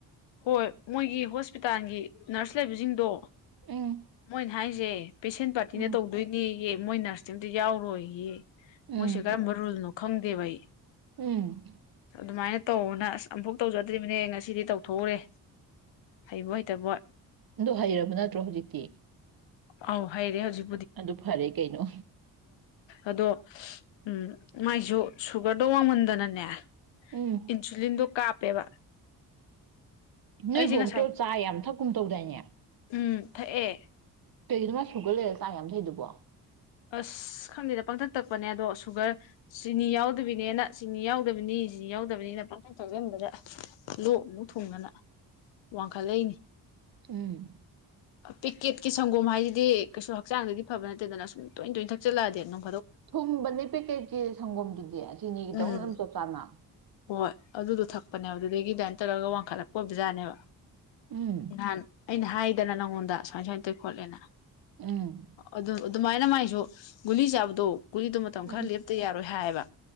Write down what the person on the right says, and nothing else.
ꯎꯝ
ꯎꯝ
ꯎꯝ
ꯎꯝ
ꯗꯣ ꯍꯩꯔꯕ ꯅꯠꯇ꯭ꯔꯣ ꯍꯧꯖꯤꯛꯇꯤ
ꯑꯗꯨ ꯐꯔꯦ ꯀꯩꯅꯣ
ꯎꯝ
ꯅꯣꯏ
ꯑꯕꯣꯛꯇꯣ
ꯆꯥ ꯌꯥꯝ ꯊꯛꯀꯨꯝ ꯇꯧꯗꯥꯏꯅꯦ
ꯀꯩꯅꯣ ꯃꯥ ꯁꯨꯒꯔ ꯂꯩꯔꯒ ꯆꯥ ꯌꯥꯝ ꯊꯛꯏꯗꯨꯕꯣ
ꯎꯝ
ꯊꯨꯝꯕꯅꯦ ꯄꯦꯀꯦꯠꯀꯤ ꯁꯪꯒꯣꯝꯗꯨꯗꯤ ꯆꯤꯅꯤꯒꯤꯗꯧꯅ
ꯑꯗꯨꯝ ꯆꯞ ꯆꯥꯅ
ꯎꯝ
ꯎꯝ
ꯎꯝ